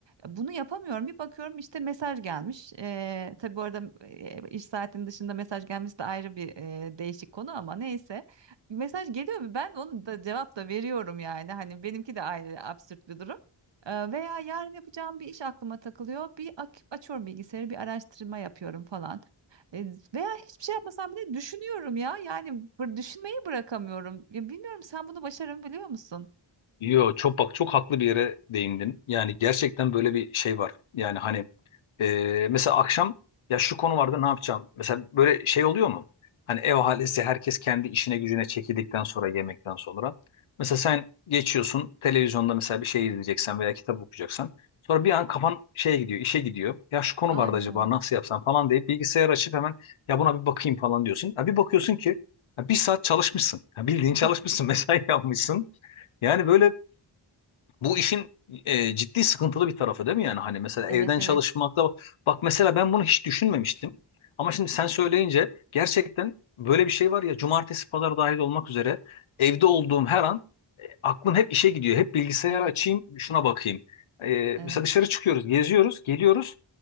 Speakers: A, on the right; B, on the left.
A: Bunu yapamıyorum. Bir bakıyorum işte mesaj gelmiş. Ee, tabii bu arada e, iş saatinin dışında mesaj gelmesi de ayrı bir e, değişik konu ama neyse mesaj geliyor mu? Ben onu da cevap da veriyorum yani. Hani benimki de aynı absürt bir durum. Ee, veya yarın yapacağım bir iş aklıma takılıyor. Bir ak- açıyorum bilgisayarı, bir araştırma yapıyorum falan. Ee, veya hiçbir şey yapmasam bile düşünüyorum ya. Yani bır- düşünmeyi bırakamıyorum. Ya bilmiyorum sen bunu başarabiliyor musun?
B: Yo çok bak çok haklı bir yere değindin. Yani gerçekten böyle bir şey var. Yani hani e, mesela akşam ya şu konu vardı ne yapacağım? Mesela böyle şey oluyor mu? Hani ev ahalisi herkes kendi işine gücüne çekildikten sonra yemekten sonra. Mesela sen geçiyorsun televizyonda mesela bir şey izleyeceksen veya kitap okuyacaksan. Sonra bir an kafan şeye gidiyor işe gidiyor. Ya şu konu
A: Aynen
B: vardı acaba
A: öyle.
B: nasıl yapsam falan deyip bilgisayar açıp hemen ya buna bir bakayım falan diyorsun. Ya bir bakıyorsun ki ya bir saat çalışmışsın. Ya bildiğin çalışmışsın
A: <laughs>
B: <laughs> mesai yapmışsın. Yani böyle bu işin e, ciddi sıkıntılı bir tarafı değil mi yani? Hani mesela
A: Evet,
B: evden
A: evet.
B: çalışmakta bak bak mesela ben bunu hiç düşünmemiştim. Ama şimdi sen söyleyince gerçekten böyle bir şey var ya cumartesi pazar dahil olmak üzere evde olduğum her an e, aklım hep işe gidiyor. Hep bilgisayarı
A: Evet,
B: açayım şuna bakayım. E,
A: evet.
B: mesela dışarı çıkıyoruz, geziyoruz, geliyoruz.